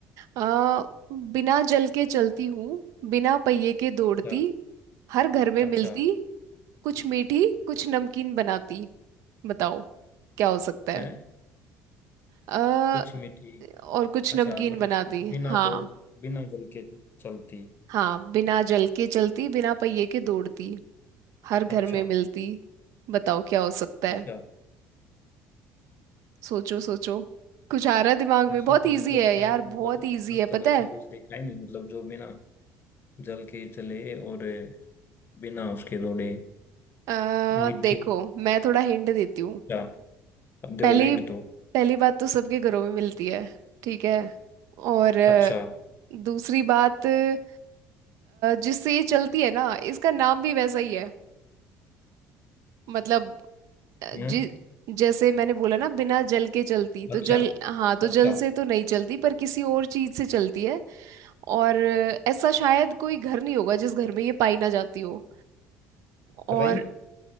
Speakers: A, on the right; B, on the left.
A: आ बिना जल के चलती हूँ बिना पहिए के दौड़ती
B: अच्छा
A: हर घर में
B: अच्छा
A: मिलती कुछ मीठी कुछ नमकीन बनाती बताओ क्या हो सकता है
B: है
A: आ,
B: कुछ मिट्टी
A: और कुछ
B: अच्छा
A: नमकीन
B: मतलब
A: बनाती
B: बिना
A: हाँ
B: दो बिना जल के चलती
A: हाँ बिना जल के चलती बिना पहिए के दौड़ती हर घर
B: अच्छा
A: में मिलती बताओ क्या हो सकता है
B: अच्छा
A: सोचो सोचो कुछ आ रहा है दिमाग में
B: ऐसा
A: बहुत
B: तो
A: इजी
B: मतलब
A: है यार
B: मैंने तो मतलब
A: बहुत इजी
B: आज
A: है
B: तक
A: पता
B: ऐसा
A: है
B: कुछ देखा ही नहीं मतलब जो बिना जल के चले और बिना उसके दौड़े
A: आ,
B: मिट्टी
A: देखो मैं थोड़ा हिंट देती हूँ
B: अच्छा अब
A: पहली
B: दो हिंट दो
A: पहली बात तो सबके घरों में मिलती है ठीक है और अ,
B: अच्छा
A: दूसरी बात अ, जिससे ये चलती है ना इसका नाम भी वैसा ही है मतलब अ,
B: हम्म
A: जि जैसे मैंने बोला ना बिना जल के चलती तो
B: अच्छा
A: जल हाँ तो
B: अच्छा
A: जल से तो नहीं चलती पर किसी और चीज से चलती है और अ, ऐसा शायद कोई घर नहीं होगा जिस घर में ये पाई ना जाती हो और
B: रही